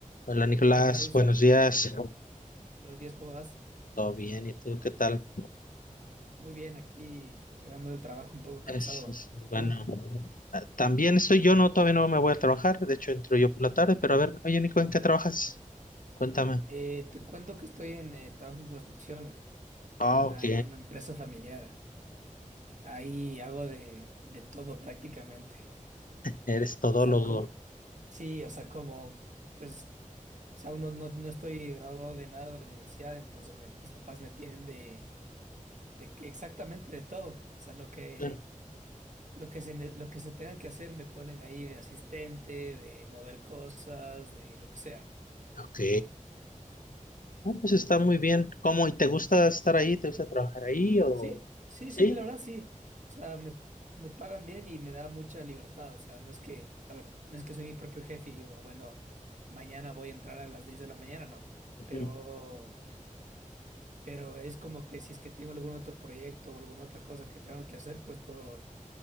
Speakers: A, on the left; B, on the right.
A: Hola Nicolás,
B: Hola Jesús,
A: buenos días.
B: buenos días, ¿cómo vas?
A: ¿Todo bien? ¿Y tú qué tal?
B: Muy bien, aquí llegando del trabajo un poco cansado.
A: Es, es- es
B: ¿Tú?
A: bueno, Ah, también estoy yo, no, todavía no me voy a trabajar. De hecho, entro yo por la tarde, pero a ver, oye Nico, ¿en qué trabajas? Cuéntame.
B: Eh, te cuento que estoy en eh, trabajo en construcción,
A: Ah,
B: en una,
A: ok.
B: en una empresa familiar. Ahí hago de, de todo prácticamente.
A: Eres todólogo.
B: Saco, sí, o sea, como, pues, o sea, uno no, no estoy graduado de nada de la universidad, entonces me- mis papás me tienen de, de que exactamente de todo. O sea, lo que
A: Ah,
B: Lo que se, ne- lo que se tenga que hacer me ponen ahí de asistente, de mover cosas, de lo que sea.
A: Ok. Ah, pues está muy bien. ¿Cómo? ¿Y te gusta estar ahí? ¿Te gusta trabajar ahí o...?
B: Sí, sí,
A: Sí.
B: sí, la verdad sí. O sea, me, me pagan bien y me da mucha libertad. O sea, no es que, a ver, no es que soy mi propio jefe y digo, bueno, mañana voy a entrar a las 10 de la mañana, no.
A: Ujú.
B: Pero, pero es como que si es que tengo algún otro proyecto o alguna otra cosa que tengo que hacer, pues puedo